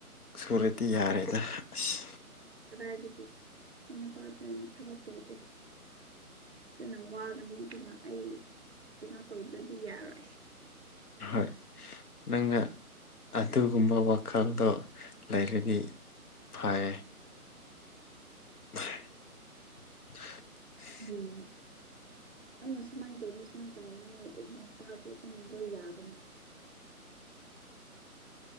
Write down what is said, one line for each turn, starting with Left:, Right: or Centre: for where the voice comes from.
Left: ꯁꯨꯔꯗꯤ ꯌꯥꯔꯦꯗ ꯑꯁ
Right: ꯀꯗꯥꯏꯗꯒꯤ ꯑꯩꯈꯣꯏ ꯅꯨꯄꯥꯗꯨ ꯊꯥꯕꯛ ꯇꯧꯗꯦ ꯑꯗꯨꯅ ꯋꯥꯒꯅꯤ ꯑꯗꯨꯅ ꯑꯩ ꯀꯩꯅꯣ ꯇꯧꯗ꯭ꯔꯗꯤ ꯌꯥꯔꯣꯏ
Left: ꯍꯣꯏ ꯅꯪꯅ ꯑꯗꯨꯒꯨꯝꯕ ꯋꯥꯈꯜꯗꯣ ꯂꯩꯔꯗꯤ ꯐꯩ <inaudible>
Right: ꯎꯝ ꯑꯩꯅ ꯁꯨꯃꯥꯏꯟ ꯇꯧꯅꯤ ꯁꯨꯃꯥꯏꯟ ꯇꯧꯔꯅꯤ ꯑꯗꯨ ꯅꯨꯄꯥꯁꯨ ꯑꯗꯨꯝ ꯂꯣꯏ ꯌꯥꯕꯅꯤ